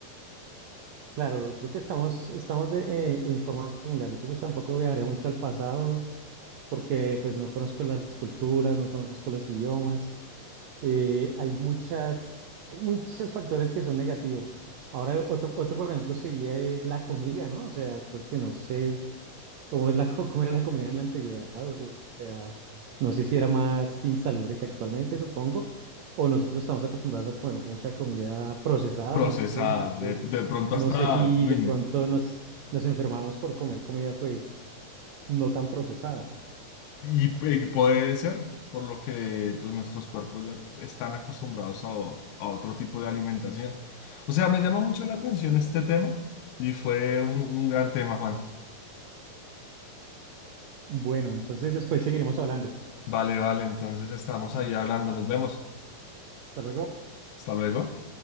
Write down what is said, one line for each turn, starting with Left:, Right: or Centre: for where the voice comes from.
Right: Claro, creo que estamos, estamos de, eh, en forma similar. Yo pues tampoco viajaría mucho al pasado. porque pues no conozco las culturas, no conozco los idiomas. eh, hay muchas, hay muchos factores que son negativos. Ahora, otro, otro, por ejemplo, sería es la comida, ¿no? O sea, creo que no sé cómo es la, <laughs> co- cómo era la comida en la antigüedad, o sea, no sé si era más insalubre que actualmente, supongo, o nosotros estamos acostumbrados a comer mucha comida procesada,
Left: Procesada,
Right: no sé, entonces,
Left: de, de pronto
Right: no
Left: hasta,
Right: sé si
Left: uy,
Right: de pronto nos, nos enfermamos por comer comida, pues, no tan procesada.
Left: Y, eh, puede ser, por lo que pues nuestros cuerpos ya están acostumbrados a, o- a otro tipo de alimentación. O sea, me llama mucho la atención este tema y fue un, un gran tema, Juan.
Right: Bueno, entonces después seguiremos hablando.
Left: Vale, vale, entonces estamos ahí hablando, nos vemos.
Right: Hasta luego.
Left: Hasta luego.